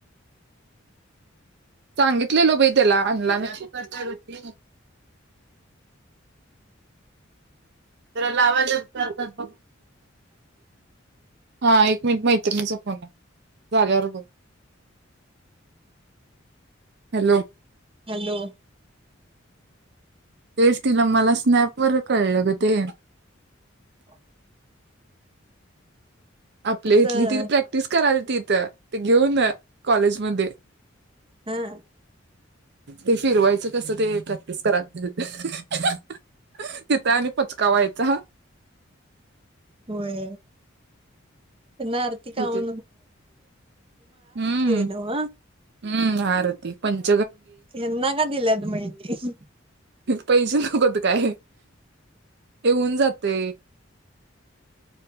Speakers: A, on the right; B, on the right.
A: सांगितलेलो बाई त्याला आनला नाही लावाय उघ हा एक मिनिट मैत्रिणीचा फोन आहे झाल्यावर बोल हॅलो
B: हॅलो
A: तेच तिला मला स्नॅपवरर कळलं ग ते
B: ह
A: आपल्या इथली
B: तर
A: ति प्रॅक्टिस कराल तिथ ते घेऊन कॉलेजमध्येध्ये
B: हम
A: ते फिरवायचं कसं ते प्रॅक्टिस करा तिथं आणि पचकावायच अता
B: होय महाआरती आहे
A: होती हम्म
B: नव
A: हम्म महाआरती पंच
B: यांना का दिले त महिली
A: पैसे नकोत काय येऊन जाते